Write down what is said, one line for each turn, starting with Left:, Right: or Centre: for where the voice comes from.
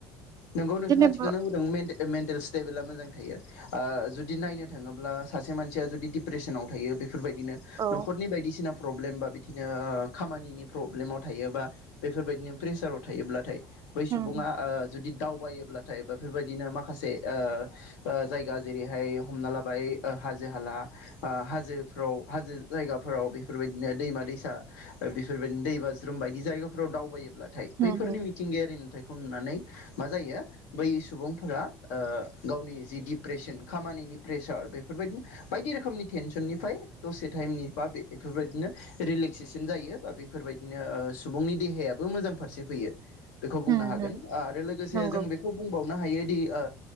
Left: नंगौ नोंथाङा
Right: जेनेबा
Left: थिखानो बुंदों मे-मेन्टेल स्टेबोला मोजां थायो ओह जुदि नायनो थाङोब्ला सासे मानसिया जुदि डिप्रेसनाव थायो बेफोरबायदिनो
Right: औ
Left: नखरनि बायदिसिना प्रब्लेम बा बिदि दिनो खामानिनि प्रब्लेमाव थायोबा बेफोरबायदिनो प्रेसाराव थायोब्लाथाय बै
Right: होम
Left: सुबुङा ओह जुदि दावबायोब्लाथाय बेफोरबायदिनो माखासे ओह ओह जायगा जेरैहाय हमना लाबाय ओ हाजो हाला ओह हाजोफ्राव हाजो जायगाफोराव बेफोरबायदिनो दैमा दैसा बेफोरबायदिनो दै बाज्रुम बायदि जायगाफोराव दावबायोब्ला बैफोरनि
Right: होम होम
Left: मिथिंगायारि नुथायखौ नुनानै मा जायो बै सुबुं फोरा ओह गावनि जि डिप्रेसन खामानिनि प्रेसार बेफोरबायदिनो बायदि रोखोमनि टेनसननिफ्राय दसे टाइमनि बा बे बेफोरबायदिनो रिलेक्सेसन जायो बा बेफोरबायदिनो ओह सुबुंनि देहायाबो मोजां फारसे फैयो। बेखौ बुंनो
Right: होम
Left: हागोन।
Right: होम
Left: ओ आरो लोगोसे
Right: नंगौ
Left: जों बेखौ बुंबावनो हायोदि ओ